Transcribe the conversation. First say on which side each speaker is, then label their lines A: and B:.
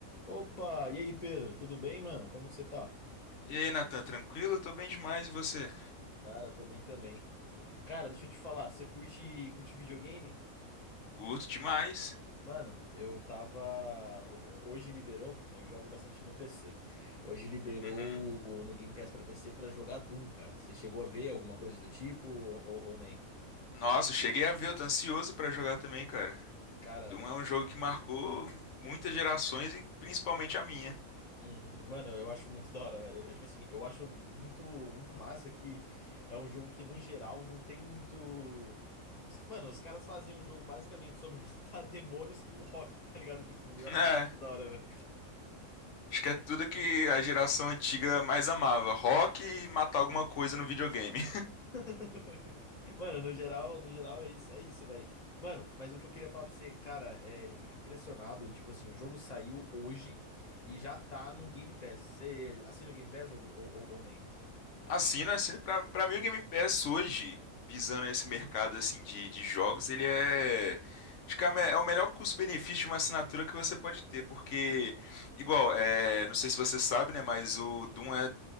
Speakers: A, on the left; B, on the left.
A: Opa, e aí, Pedro? Tudo bem, mano? Como que você tá?
B: E aí, Natan, tranquilo? Tô bem demais, e você?
A: Cara, tô bem também. Cara, deixa eu te falar, você curte, curte videogame?
B: Curto demais.
A: Mano, eu tava. ho- Hoje liberou, eu jogo bastante no PC. Hoje liberou
B: Uhum.
A: o, no Game Pass pra PC pra jogar Doom, cara. Você chegou a ver alguma coisa do tipo ou, ou ou nem?
B: Nossa, cheguei a ver, eu tô ansioso pra jogar também, cara.
A: Cara,
B: Doom é um jogo que marcou muitas gerações e principalmente a minha.
A: Uhum. Mano, eu acho muito da hora, velho. É tipo assim, eu acho muito, muito massa que é um jogo que, no geral, não tem muito. Os... Mano, os caras fazem um jogo basicamente sobre <laughs> matar demônios com um rock, tá ligado? De fundo.
B: <laughs>
A: Eu acho
B: É,
A: isso muito da hora, velho.
B: acho que é tudo que a geração antiga mais amava, rock e matar alguma coisa no videogame.
A: <laughs> Mano, no geral, no geral é isso, é isso, velho. Mano, mas o que eu queria falar pra você, cara, é, eu fico impressionado. Tipo assim, o jogo saiu hoje e já tá no Game Pass. Você assina o Game Pass ou, ou, ou ou nem?
B: Assina, assina. Pra, pra mim, o Game Pass hoje, visando esse mercado assim de, de jogos, ele é. Acho que é a me- é o melhor custo-benefício de uma assinatura que você pode ter, porque, igual, é, não sei se você sabe, né, mas o Doom é,